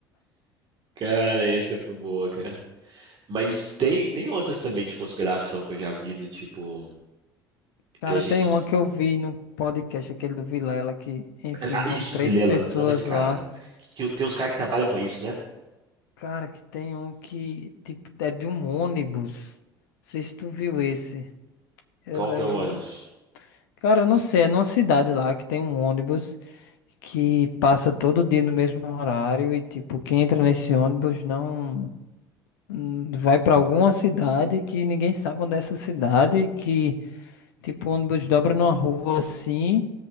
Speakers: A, on the right (about 40°); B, on the left (about 65°).
A: Cara, essa foi boa, cara. Mas tem, tem outras também de conspiração que eu já vi, do tipo,
B: Cara,
A: que a gente...
B: tem uma que eu vi no podcast, aquele do Vilela, que, enfim,
A: Ah,
B: vão
A: isso,
B: três
A: Vilela,
B: pessoas
A: ama esse cara.
B: lá.
A: Que- que- Tem uns caras que trabalham com isso, né?
B: Cara, que tem um que, tipo, é de um ônibus. Não sei se tu viu esse. Eu,
A: Qual
B: eu-
A: que é o ônibus?
B: cara, eu não sei, é numa cidade lá que tem um ônibus que passa todo dia no mesmo horário e, tipo, quem entra nesse ônibus não. Hum, Vai pra alguma cidade que ninguém sabe onde é essa cidade, que tipo o ônibus dobra numa rua assim